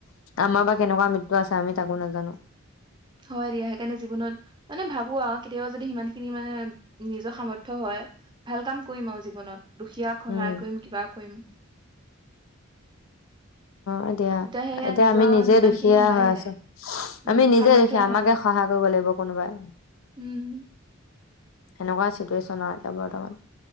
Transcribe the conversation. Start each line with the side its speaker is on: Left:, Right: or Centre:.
Left: আমাৰ বা কেনেকুৱা মৃত্যু আছে। আমি তাকো নাজানো।
Right: হয় দিয়া সেইকাৰণে জীৱনত মানে ভাবো আৰু কেতিয়াবা যদি সিমান খিনি মানে নিজৰ সামৰ্থ হয় ভাল কাম কৰিম আৰু জীৱনত। দুখীয়াক
Left: উম
Right: সহায় কৰিম কিবা কৰিম।
Left: অ দিয়া
Right: সেয়া
Left: এতিয়া
Right: নিজৰ
Left: আমি নিজে
Right: সিমান
Left: দুখীয়া
Right: খিনি হোৱাই
Left: হৈ আছো
Right: নাই উম
Left: আমি নিজে
Right: সামৰ্থ্যই
Left: দুখীয়া। এতিয়া
Right: হোৱা
Left: আমাকে
Right: নাই
Left: সহায় কৰিব। লাগিব কোনোবাই।
Right: উম।
Left: সেনেকুৱা চিটুৱেচন আৰু এতিয়া বৰ্তমান।